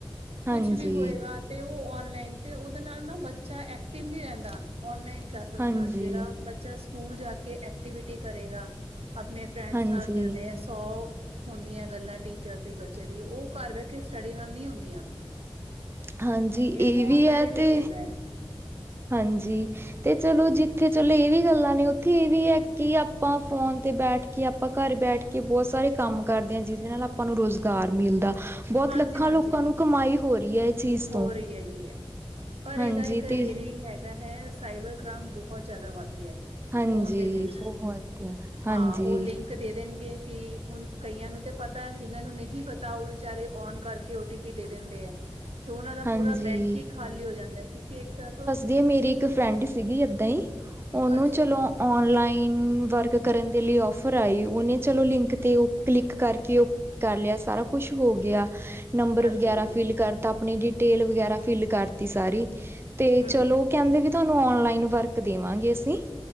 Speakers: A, on the right (about 25°); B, on the right (about 85°).
A: ਹਾਂਜੀ,
B: ਕੁਛ ਵੀ ਹੋਏਗਾ ਤੇ ਉਹ ਔਨਲਾਈਨ, ਤੇ ਉਹਦੇ ਨਾਲ ਨਾ ਬੱਚਾ ਐਕਟਿਵ ਨਹੀਂ ਰਹਿੰਦਾ, ਔਨਲਾਈਨ ਕਲਾਸਿਸ
A: ਹਾਂਜੀ,
B: ਨਾਲ। ਜਿਹੜਾ ਬੱਚਾ ਸਕੂਲ ਜਾਕੇ ਐਕਟੀਵਿਟੀ ਕਰੇਗਾ, ਅਪਣੇ ਫਰੈਂਡਸ
A: ਹਾਂਜੀ,
B: ਨਾਲ ਮਿਲਦੇ ਆ ਸੌ ਹੁੰਦੀਆਂ ਗੱਲਾਂ ਟੀਚਰ ਦੀ ਬੱਚੇ ਦੀ, ਉਹ ਘਰ ਬਹਿਕੇ ਸਟੱਡੀ ਨਾਲ ਨਹੀਂ ਹੁੰਦੀਆਂ।
A: ਹਾਂਜੀ
B: ਇਹ ਫੋਨ ਦਾ,
A: ਹੈ
B: ਇਹ ਵੀ
A: ਤੇ
B: ਹੈਗਾ।
A: ਹਾਂਜੀ। ਤੇ ਚਲੋ ਜਿੱਥੇ ਚਲੋ ਇਹ ਵੀ ਗੱਲਾਂ ਨੇ, ਉੱਥੇ ਇਹ ਵੀ ਐ ਕਿ ਆਪਾਂ ਫੋਨ ਤੇ ਬੈਠਕੇ ਕਿ ਆਪਾਂ ਘਰ ਬੈਠਕੇ ਬਹੁਤ ਸਾਰੇ ਕੰਮ ਕਰਦੇ ਆ, ਜਿਹਦੇ ਨਾਲ ਆਪਾਂ ਨੂੰ ਰੁਜ਼ਗਾਰ ਮਿਲਦਾ। ਬਹੁਤ
B: ਹਾਂਜੀ-ਹਾਂਜੀ
A: ਲੱਖਾਂ ਲੋਕਾਂ ਨੂੰ ਕਮਾਈ ਹੋ ਰਹੀ ਏ, ਇਹ ਚੀਜ਼
B: ਹੋ
A: ਤੋਂ।
B: ਰਹੀ ਹੈਗੀ ਹੈ। ਪਰ
A: ਹਾਂਜੀ
B: ਇਹਦਾ ਇੱਕ ਇਹ
A: ਤੇ
B: ਵੀ ਹੈਗਾ ਹੈ, ਸਾਈਬਰ ਕ੍ਰਾਮ ਬਹੁਤ ਜ਼ਿਆਦਾ ਵੱਧ ਗਿਆ।
A: ਹਾਂਜੀ,
B: ਫੋਨ ਦੇ ਵਿੱਚ
A: ਬਹੁਤ, ਹਾਂਜੀ।
B: ਹਾਂ ਉਹ ਲਿੰਕ ਦੇ ਦੇਣਗੇ ਕਿ, ਹੁਣ ਕਈਆਂ ਨੂੰ ਤੇ ਪਤਾ ਜਿਹਨਾਂ ਨੂੰ ਨਹੀਂ ਪਤਾ ਉਹ ਚਾਰੇ ਔਨ ਕਰਕੇ ਓਟੀਪੀ ਦੇ ਦਿੰਦੇ ਆ। ਤੇ ਉਹਨਾਂ ਦਾ
A: ਹਾਂਜੀ
B: ਪੂਰਾ ਬੈਂਕ ਈ ਖਾਲੀ ਹੋ ਜਾਂਦਾ ਏ, ਕਿਉਂਕਿ ਇੱਕ ਤਰਹਾ ਤੋਂ
A: ਤੇ ਮੇਰੀ ਇੱਕ ਫਰੈਂਡ ਸੀਗੀ ਏਦਾਂ ਈ, ਉਹਨੂੰ
B: ਅੱਛਾ
A: ਚਲੋ
B: ਜੀ
A: ਔਨਲਾਈਨ ਵਰਕ ਕਰਨ ਦੇ ਲਈ ਔਫਰ ਆਈ, ਉਹਨੇ ਚਲੋ ਲਿੰਕ ਤੇ ਉਹ ਕਲਿੱਕ ਕਰਕੇ ਕਰ ਲਿਆ ਸਾਰਾ ਕੁਛ ਹੋਗਿਆ ਨੰਬਰ
B: ਅੱਛਾ
A: ਵਗੈਰਾ
B: ਜੀ
A: ਫਿਲ ਕਰਤਾ, ਆਪਣੀ ਡਿਟੇਲ ਵਗੈਰਾ ਫਿਲ ਕਰਤੀ ਸਾਰੀ, ਤੇ
B: ਹਮ
A: ਚਲੋ ਕਹਿੰਦੇ ਵੀ ਤੁਹਾਨੂੰ ਔਨਲਾਈਨ ਵਰਕ ਦੇਵਾਂਗੇ ਅਸੀਂ,